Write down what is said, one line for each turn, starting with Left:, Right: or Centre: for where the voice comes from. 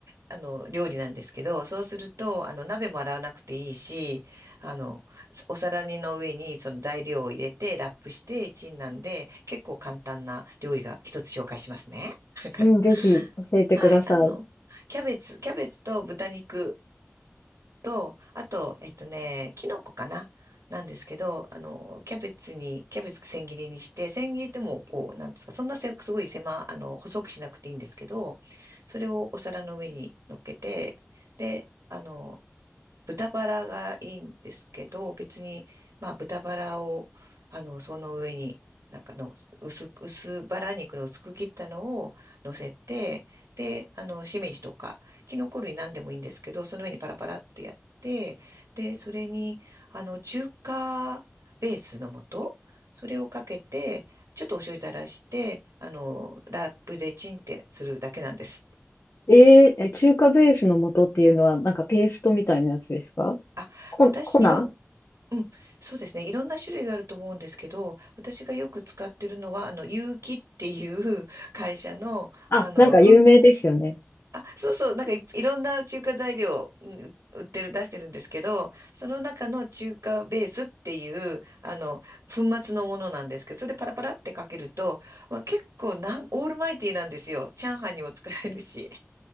Right: あの、料理なんですけど、そうすると、あの、鍋も洗わなくていいし、あの、お皿にの上にその材料を入れて、ラップして、チンなんで、結構簡単な料理が一つ紹介しますね。<laughs>
Left: うん、ぜひ教えてください。
Right: はい、あの、キャベツ、キャベツと豚肉と、あと、えっとね、キノコかななんですけど、あの、キャベツに、キャベツ千切りにして、千切りってもう、こう、なんですか、そんなせ、すごい狭、あの、細くしなくていいんですけど、それをお皿の上に乗っけて、で、あの、豚バラがいいんですけど、別に、まあ、豚バラを、あの、その上に、なんかの、薄く、薄バラ肉の薄く切ったのを乗せて、で、あの、しめじとか、キノコ類なんでもいいんですけど、その上にパラパラってやって、で、それに、あの、中華ベースの素、それをかけて、ちょっとお醤油垂らして、あの、ラップでチンってするだけなんです。
Left: えー、え中華ベースの素っていうのは、なんかペーストみたいなやつですか
Right: あ、
Left: コ、
Right: 私、
Left: コナー
Right: いろ、うん、そうですね。いろんな種類があると思うんですけど、私がよく使ってるのは、あの、有機っていう <laughs> 会社の、
Left: あ、
Right: あの、
Left: なんか有名ですよね。
Right: ふあ、そうそう、なんかい、いろんな中華材料、うん売ってる、出してるんですけど、その中の中華ベースっていう、あの、粉末のものなんですけど、それパラパラってかけると、まあ、結構なん、オールマイティーなんですよ。チャーハンにも使えるし。
Left: うん